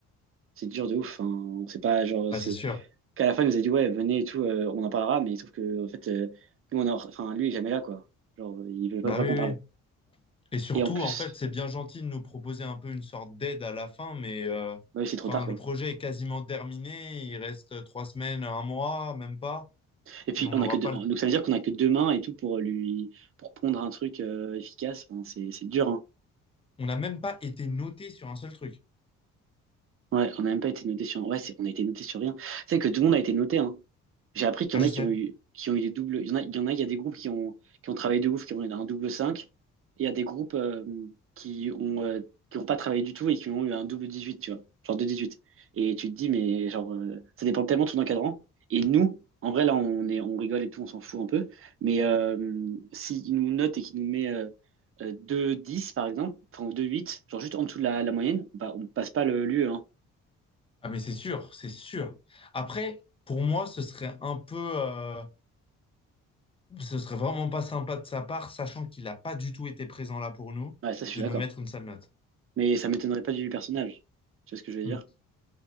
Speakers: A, on the right; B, on the left.
A: c'est dur de ouf. Hein. On sait pas, genre,
B: Ah,
A: c'est
B: c'est sûr.
A: qu'à la fin, il nous a dit ouais, venez et tout, euh, on en parlera, mais sauf que en fait, euh, nous, on est en- enfin, lui, il est jamais là, quoi. Genre, il veut pas
B: Bah
A: pas
B: oui,
A: qu'on
B: oui.
A: parle.
B: oui. Et surtout,
A: Et en plus.
B: en fait, c'est bien gentil de nous proposer un peu une sorte d'aide à la fin, mais euh,
A: Ouais, c'est trop
B: enfin,
A: tard, quoi.
B: le projet est quasiment terminé. Il reste trois semaines, un mois, même pas.
A: Et puis,
B: Et on
A: on
B: n'aura
A: a que deux...
B: pas
A: Donc,
B: le-
A: ça veut dire qu'on a que deux mains et tout pour lui... pour pondre un truc euh, efficace. Enfin, c'est c'est dur, hein
B: on n'a même pas été noté sur un seul truc.
A: Ouais, on n'a même pas été noté sur. Ouais, c'est- on a été noté sur rien. C'est que tout le monde a été noté, hein. J'ai appris qu'il
B: Ah,
A: y en
B: je
A: a qui
B: sais.
A: ont eu, qui ont eu des doubles. Il y en a, il y en a, il y a des groupes qui ont, qui ont travaillé de ouf, qui ont eu un double cinq Et il y a des groupes euh, qui ont, euh, qui ont pas travaillé du tout et qui ont eu un double 18 tu vois. Genre de dix-huit Et tu te dis, mais genre, euh, ça dépend tellement de ton encadrant. Et nous, en vrai, là, on est, on rigole et tout, on s'en fout un peu. Mais euh, s'il nous note et qu'il nous met euh, euh, 2-10, par exemple, enfin, deux huit genre juste en dessous de la, la moyenne, bah, on passe pas le l'UE,
B: Ah, mais c'est sûr, c'est sûr. Après, pour moi, ce serait un peu. euh, Ce serait vraiment pas sympa de sa part, sachant qu'il n'a pas du tout été présent là pour nous,
A: Ouais, ça, je suis
B: de
A: d'accord.
B: nous mettre une sale note.
A: Mais ça m'étonnerait pas du personnage. Tu vois ce que je veux dire?
B: Mm.